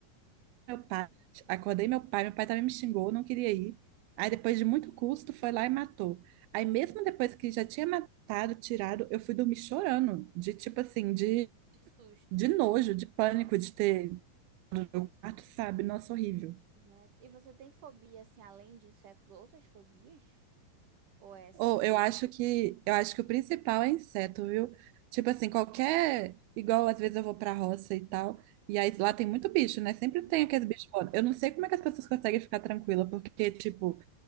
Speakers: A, on the right; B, on the right.
A: Meu pai, acordei meu pai, meu pai também me xingou, não queria ir. Aí depois de muito custo, foi lá e matou. Aí mesmo depois que já tinha matado, tirado, eu fui dormir chorando, de tipo assim, de,
B: de susto.
A: de nojo, de pânico
B: Ah,
A: de ter, mato, sabe? Nossa, horrível.
B: nossa. E você tem fobia, assim, além de insetos, outras fobias? Ou é essa,
A: Ou
B: assim?
A: eu acho que eu acho que o principal é inseto, viu? Tipo assim, qualquer. Igual às vezes eu vou pra roça e tal. E aí lá tem muito bicho, né? Sempre
B: Uhum.
A: tem aqueles bichos voando. Eu não sei como é que as pessoas conseguem ficar tranquila, porque, tipo,